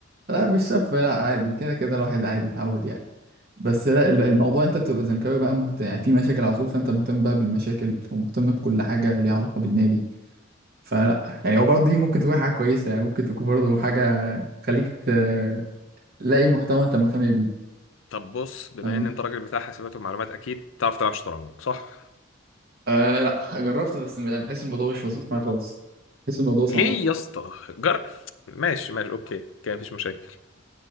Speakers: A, on the right; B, on the left.
A: لا مش سف لا عادي كده كده الواحد عادي اتعود يعني بس لا ال- الموضوع أنت بتبقى زملكاوي بقى مهتم يعني في مشاكل على طول فأنت مهتم بقى بالمشاكل ومهتم بكل حاجة ليها علاقة بالنادي فلا يعني هو برضه دي ممكن تكون حاجة كويسة يعني ممكن تكون برضه حاجة تخليك ت- تلاقي محتوى أنت مهتم بيه
B: طب بص بما
A: فاهم
B: ان انت راجل بتاع حاسبات ومعلومات اكيد تعرف تلعب شطرنج صح
A: آه لا جربت بس بحس الموضوع مش مظبوط معايا خالص بحس الموضوع صعب
B: ليه يا اسطى جر ماشي ماشي اوكي كان مفيش مشاكل